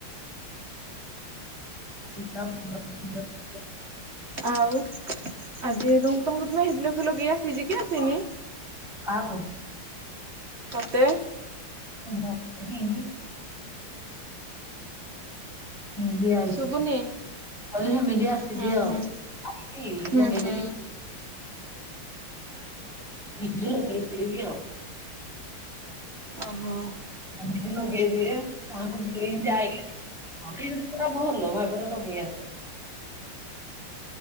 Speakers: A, in the centre; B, on the right.
A: <inaudible>
B: ଆଉ, ଆଜି ତମକୁ ତମକୁ ମେହେଦି ନ ଫୁଲ ଲଗେଇ ଆସିଛି କି ଆସିନି?
A: କାହାକୁ।
B: ତତେ।
A: ମୋତେ ହିଁତି। ହୁଁ ଦିଆ ଏଇଚି।
B: ଶୁଭୁନି
A: କହିଲି ହେମିତି ଆସିଛି
B: ହୁଁ
A: ଆଉ।
B: ହୁଁ।
A: ଆଜି
B: ହୁଁ
A: ଲଗେଇଦେବି।
B: ହୁଁ।
A: <inaudible> ଲଗେଇଦେବି ଆଉ।
B: ଓହୋ
A: ହେମିତି ଲଗେଇଦିଏ। କାହାକୁ <unintelligible> ହମ ଇଁତି ପୁରା ଭଲ ଭାବରେ ଲଗେଇ ଆସେନି।